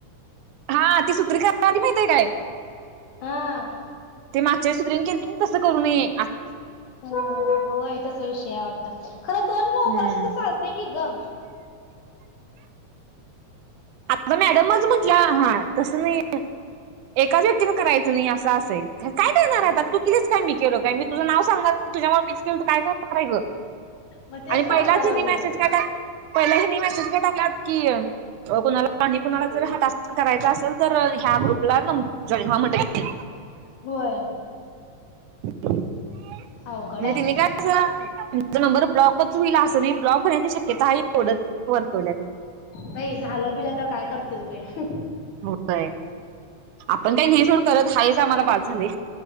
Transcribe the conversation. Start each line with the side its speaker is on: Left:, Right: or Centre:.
Right: हा ती सत्री खण्या आधी माहतीय काय
Left: हा
Right: माच्या सुत्रिंग के तसं करूनये
Left: ह हो तस विषय आ वाडत त खरं दोन
Right: हम्म
Left: नऊ वर्स तर चालते की ग
Right: आता मॅडमच म्हटलं हा तसं नाही एकाच व्यक्तीने करायचं नाही असं असेल तर काय टणार
Left: हम्म
Right: आताात तू केलेस का म केो काय म तुझं नाव सांगा तुझ्यामुळे मिीच केल तू काय करणार आहे ग
Left: मग तेच
Right: आणि
Left: सांगाय
Right: पहिलाच
Left: लागलोय
Right: ह मेसेज काता पहिलाही नाही मेसेज का टाकलात की कुणाला आणि कुणाला जर हा तासर करायचा असेल तर ह्या ग्रुपला न जॉईन व म्हणत
Left: होय
Right: म्हणजे
Left: अवघड आहे
Right: तिने काय असा नबर ब्लाॉक चला असं नाही ब्ॉकण्या त ओडत पररतल
Left: बाई झालं बिलं तर काय करते त
Right: होय आपण काही ने सोड करत आहेाच आम्हाला बाद झाले